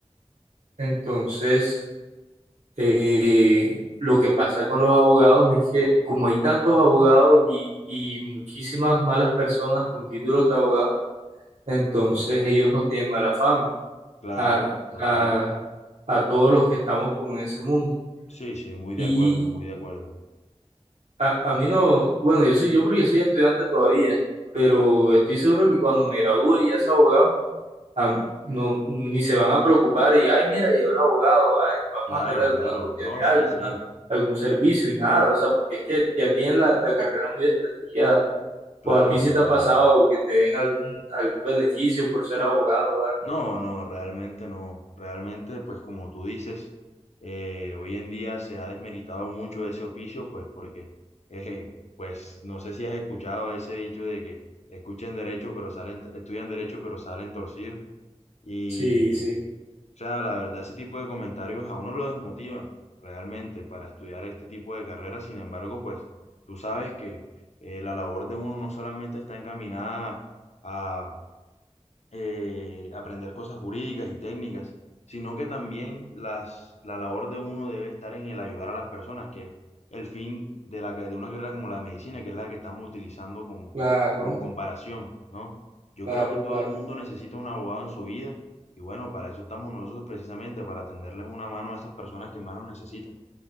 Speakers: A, on the right; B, on the left.
A: Entonces, eh, lo que pasa con los abogados es que como hay tantos abogados y, y muchísimas malas personas con títulos de abogados, Entonces ellos no tienen mala fama
B: Claro,
A: a,
B: total.
A: a- a todos los que estamos como en ese mundo.
B: Sí, sí, muy de
A: Y
B: acuerdo, muy de acuerdo.
A: a, a mí no, bueno, yo soy yo porque soy estudiante todavía, pero estoy seguro que cuando me gradúe y ya sea abogado, a- no, ni se van a preocupar y, ay, mira, llegó el abogado, ay, vamos
B: Claro,
A: a tener alguna
B: claro.
A: cortesía,
B: No, sí,
A: alguna,
B: sí.
A: algún servicio y nada, o sea, porque es que ya tienen la, la carrera muy desprestigiada.
B: Claro,
A: O a ti si
B: total.
A: te ha pasado que te den algún, algún beneficio por ser abogado o algo.
B: No, no, realmente no. Realmente, pues como tú dices, eh, hoy en día se ha desmeritado mucho ese oficio, pues porque, eh, pues no sé si has escuchado ese dicho de que escuchen derecho, pero salen, estudian derecho, pero salen torcidos. Y
A: Sí, sí.
B: O sea, la verdad, ese tipo de comentarios a uno lo desmotiva realmente para estudiar este tipo de carreras. Sin embargo, pues tú sabes que eh, la labor de uno no solamente está encaminada a, eh, aprender cosas jurídicas y técnicas, sino que también las, la labor de uno debe estar en el ayudar a las personas, que es el fin de, la, que- de una carrera como la medicina, que es la que estamos utilizando como,
A: Claro,
B: como comparación, ¿no? Yo
A: claro,
B: creo que todo
A: claro.
B: el mundo necesita un abogado en su vida y bueno, para eso estamos nosotros precisamente, para tenderles una mano a esas personas que más nos necesitan.